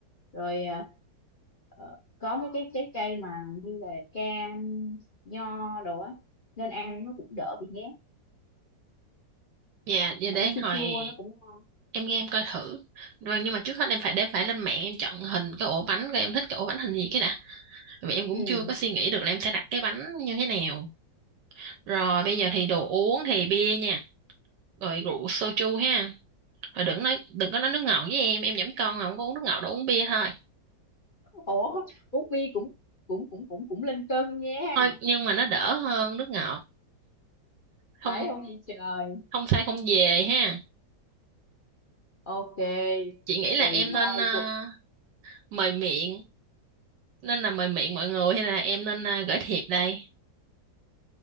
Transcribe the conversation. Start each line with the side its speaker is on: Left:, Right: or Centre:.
Left: rồi à, ờ, có mấy cái trái cây mà như là cam nho đồ á nên ăn nó cũng đỡ bị ngán
Right: dạ dạ
Left: mà
Right: để
Left: nó chua
Right: hồi
Left: chua nó cũng ngon
Right: em ra em coi thử rồi nhưng mà trước hết em phải để phải lên mạng em chọn hình cái ổ bánh coi em thích cái ổ bánh hình gì cái đã vì em cũng
Left: ừ
Right: chưa có suy nghĩ được là em sẽ đặt cái bánh như thế nào rồi bây giờ thì đồ uống thì bia nha rồi rượu soju ha Thôi đừng nói đừng có nói nước ngọt với em, em giảm cân mà không có uống nước ngọt đâu uống bia thôi.
Left: ủa uống bia cũng cũng cũng cũng cũng lên cân nha
Right: Thôi nhưng mà nó đỡ hơn nước ngọt. Không
Left: phải không vậy trời
Right: không sai không về ha.
Left: ok
Right: Chị nghĩ là
Left: tùy
Right: em nên
Left: thôi
Right: ờ, mời miệng, nên là mời miệng mọi người hay là em nên ờ, gửi thiệp đây.